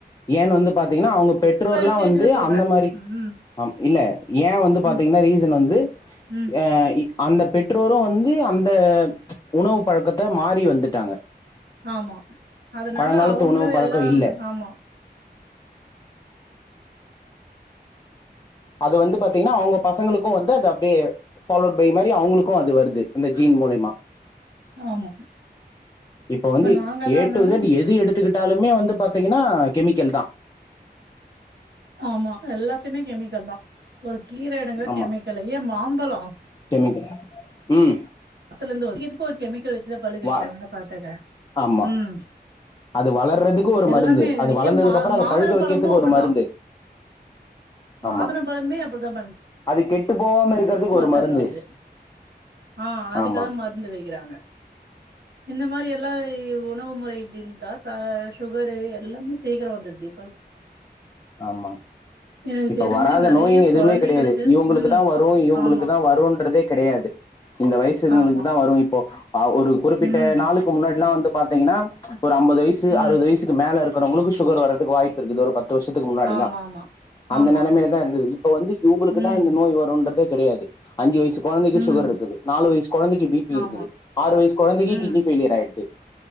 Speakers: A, on the left; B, on the right.
A: ஏன் வந்து பாத்தீங்னா அவுங்க பெற்றோர்லா
B: ஸ்டேஜ்ல
A: வந்து
B: சொல்றே
A: அந்த மாரி
B: ம்
A: ஆ இல்ல ஏ வந்து பாத்தீங்னா
B: ம்
A: ரீசன் வந்து
B: ம்
A: அ அந்த பெற்றோரு வந்து அந்த ச் உணவு பழக்கத்த மாறி வந்துட்டாங்க
B: ஆமா அதனால
A: பழங்காலத்து
B: அவுங்களு
A: உணவு பழக்கோ
B: எல்லா
A: இல்ல
B: ஆமா
A: அது வந்து பாத்தீங்னா அவங்க பசங்களுக்கு வந்து அது அப்டியே ஃபாலோட் பை மாரி அவங்களுக்கு அது வருது அந்த ஜீன் மூலியமா
B: ஆமா
A: இப்ப வந்து
B: நாங்கல்லா
A: எ
B: என்னன்னா
A: டு செட் எது எடுத்துக்கிட் தாலுமே வந்து பாத்தீங்கனா கெமிக்கல் தா
B: ஆமா எல்லாத்லயுமே கெமிக்கல் தா ஒரு கீர எடுங்க
A: ஆமா
B: கெமிக்கலு ஏ மாம் பழோ
A: கெமிக்கல் ம்
B: பத்துல இந்து இதுக்கு ஒரு கெமிக்கல் வச்சுதா பழுக வைக்கிறாங்கனா
A: வ
B: பாத்துக்க
A: ஆமா
B: ம்
A: அது வளர்றதுக்கு ஒரு
B: எல்லாமே
A: மருந்து அது வளர்ந்ததுக்கு
B: ஏ மா
A: அப்புறோ அத
B: மாதள
A: பழுக்க வைக்கிறதுக்கு
B: பழமு அப்பட்தா
A: ஒரு மருந்து
B: மாதுள
A: ஆமா
B: பழமே அப்டித்தா பன்
A: அது கெட்டு போகாம இருக்கறதுக்கு ஒரு
B: தது
A: மருந்து
B: அது ஆ அதுக்கெல்லா
A: ஆமா
B: மருந்து வைக்கிறாங்க இந்த மாரி எல்லா உணவு முறை இப்டி இருந்தா ச சுகரு எல்லாமே சீக்கிரோ வந்துட்து
A: ஆமா
B: எனக்கு
A: இப்ப
B: தெரிஞ்சு
A: வராத
B: நெறைய
A: நோயின் எதுவுமே
B: கொழந்தைங்களுக்கு
A: கெடையாது இவங்களுக்
B: ம்
A: தான் வரும் இவங்களுக்கு
B: ஆமா
A: தான் வரும்ன்றதே கிடையாது இந்த வயசுங்களுக்கு
B: ஆமா
A: தான் வரும் இப்ப போ ஆ ஒரு குறிப்பிட்ட
B: ம்
A: நாளுக்கு முன்னாடி எல்லா வந்து பாத்தீங்கன்னா ச்சு ஒரு அம்பது வயசு
B: ம்
A: அறுபது வயசு மேல இருக்கு அப்புறோ உங்களுக்கு சுகரதுக்கு வாய்ப்பு இருக்குது ஒரு பத்து வருஷத்துக்கு முன்னாடில்லா
B: ஆமா ஆமா
A: அந்த
B: ஆமா
A: நிலைமையில
B: ஆமா
A: தான் இருந்தது இப்ப வந்து இவங்களுக்கு
B: ம்
A: தான் இந்த நோய் வரும்ன்றதே கிடையாது அஞ்சு வயசு குழைக்கு
B: ம்
A: சுகர் இருக்கு நாலு வயசு குழந்தைக்கு பி பி இருக்குது
B: ஆமா
A: ஆறு வயசு குழந்தைக்கு
B: ம்
A: கிட்னி ஃபயிலியர் ஆயிடுது